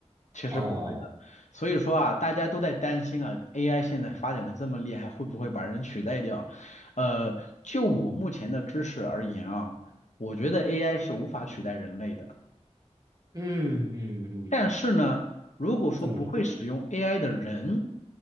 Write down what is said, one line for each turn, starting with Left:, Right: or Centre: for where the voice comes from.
Left: 其实不会的，
Right: 哦，
Left: 所以说啊，大家都在担心啊，AI 现在发展的这么厉害，会不会把人取代掉？呃，就我目前的知识而言啊，我觉得 AI 是无法取代人类的。
Right: 嗯嗯嗯，
Left: 但是呢，如果说不会使用
Right: 怎么说
Left: AI 的人，